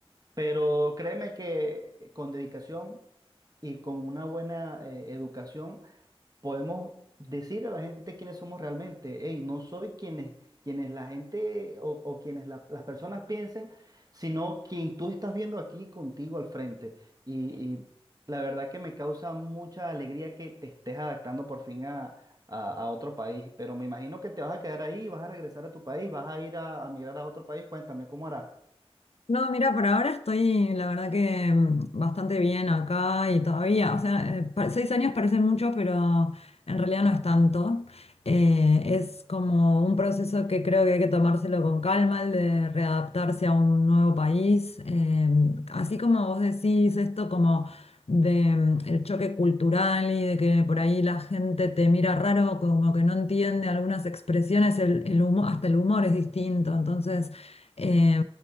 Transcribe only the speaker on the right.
Pero créeme que eh, con dedicación y con una buena eh, educación podemos decir a la gente quiénes somos realmente. Hey, no soy quienes, quienes la gente o, o quienes la- las personas piensen, sino quien tú estás viendo aquí contigo al frente. Y, y la verdad que me causa mucha alegría que te estés adaptando por fin a, a- a otro país, pero me imagino que te vas a quedar ahí, vas a regresar a tu país, vas a ir a, a migrar a otro país. Cuéntame, ¿cómo harás?